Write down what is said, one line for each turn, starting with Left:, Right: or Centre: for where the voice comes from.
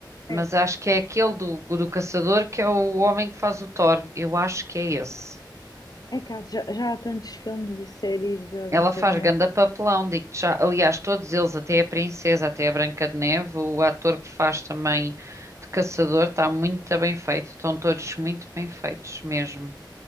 Right: Mas
Left: É,
Right: acho que é aquele do, do caçador que é o homem que faz o Thor. Eu acho que é esse.
Left: é que há- já, já há tantos filmes e séries da Branca
Right: Ela faz
Left: de Neve.
Right: ganda papelão, digo-te já. Aliás, todos eles, até a princesa, até a Branca de Neve, o ator que faz também de caçador, está muito bem feito. Estão todos muito bem feitos mesmo.